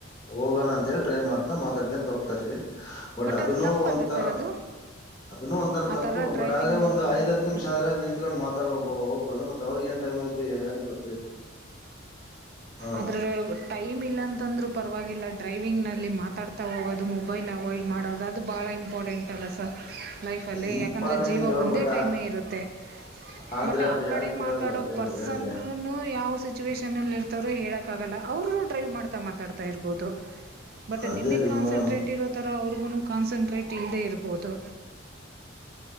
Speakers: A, on the left (about 20°); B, on the right (about 50°).
A: ಹೋಗಣ ಅಂತ ಹೇಳಿ ಟ್ರೈ ಮಾಡ್ತಾ ಮಾತಾಡ್ ಹೋಗ್ತಾರಿ ಬಟ್ ಅದನ್ನು
B: ಅದು ತಪ್ಪಲ್ಲ
A: ಒಂಥರ
B: ಸರ್ ಅದು
A: ಅದನ್ನು ಒಂಥರ
B: ಆ
A: ತಪ್ಪು
B: ಥರ ಡ್ರೈವಿಂಗ್
A: ಬಟ್ ಆದ್ರೆ ಒಂದು ಐದ
B: ಮಾಡೋದು
A: ಹತ್ ನಿಮಿಷ ಆದ್ರೆ ನಿತ್ಕೊಂಡ್ ಮಾತ್ರ ಮಾಾಡಬ ಹೋಗ್ಬೋದ ಮತ್ತತ್ ಅವ್ರ ಏನ್ ಟೈಮ್ ಐತಿ ಯಾರಿ ಗೊತ್ರಿ. ಹ
B: ಅದ್ರ ಟೈಮ್ ಇಲ್ಲ ಅಂತಂದ್ರರು. ಪರವಾಗಿಲ್ಲ ಡ್ರೈವಿಂಗ್ನಲ್ಲಿ ಮಾತಾಡ್ತಾ ಹೋಗೋದು ಮೊಬೈಲ್ ಅವಾಯ್ಡ್ ಮಾಡೋದು ಅದು ಭಾಳ ಇಂಪಾರ್ಟೆಂಟಲ್ಲ ಸರ್. ಲೈಫಲ್ಲಿ
A: ಇಂಪಾರ್ಟೆಂಟ್
B: ಯಾಕಂದ್ರೆ ಜೀವ ಒಂದೇ
A: ಬಟ್
B: ಟೈಮೇ ಇರುತ್ತೆ
A: ಆದ್ರೆ
B: ಬಟ್
A: ಅದು
B: ಆ
A: ಯಾರು
B: ಕಡೆ
A: ಕೇಳಲ್ಲ
B: ಮಾತಾಡೋ
A: ಅಲ್ರರಿ
B: ಪರ್ಸನ್
A: ನಾವ್ ಹೇಳಿದ್ರೆ
B: ಯಾವ. ಸಿಚುವೇಷನಲ್ಲಿ. ಇವರು ಹೇಳಕ್ಕಾಗಲ್ಲ ಅವರು ಡ್ರೈವ್ ಮಾಡ್ತಾ ಮಾತಾಡ್ತಾ ಇರ್ಬೋದು. ಬಟ್
A: ಅದೇ
B: ನಿಮಗ್
A: ರೀ
B: ಕಾನ್ಸಂಟ್ರೇಟ್
A: ಮೇಡಮ್
B: ಇರೋ ತರ ಅವ್ರಿಗೂ ಕ. ಕಾನ್ಸನ್ಟ್ರೇಟ್ ಇಲ್ಲದೇ ಇರ್ಬೋದು.